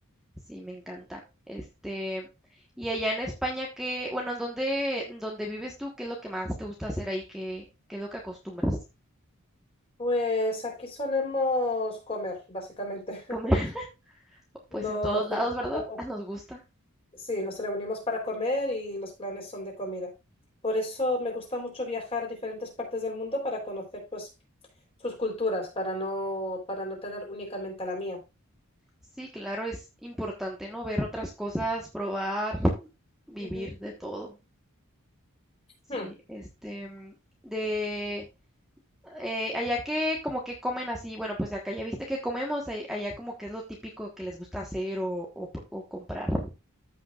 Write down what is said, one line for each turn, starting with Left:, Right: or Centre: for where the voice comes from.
Centre: Sí, me encanta. Este, y allá en España, ¿qué, bueno, en dónde, en dónde vives tú? ¿Qué es lo que más te gusta hacer ahí? ¿Qué, qué es lo que acostumbras?
Left: Pues aquí solemos comer, básicamente. <laughs>
Centre: Comer, <laughs> pues
Left: Nos
Centre: en todos lados,
Left: encontramos-
Centre: ¿verdad? <laughs> Nos gusta.
Left: sí, nos reunimos para comer y los planes son de comida. Por eso me gusta mucho viajar a diferentes partes del mundo para conocer pues sus culturas, para no, para no tener únicamente la mía.
Centre: Sí, claro, es importante no ver otras cosas, probar, vivir
Left: Ujú.
Centre: de todo. Sí,
Left: Hmm.
Centre: este, mm, de eh, allá que como que comen así, bueno, pues acá ya viste que comemos, a- allá como que es lo típico que les gusta hacer o, o pr- o comprar.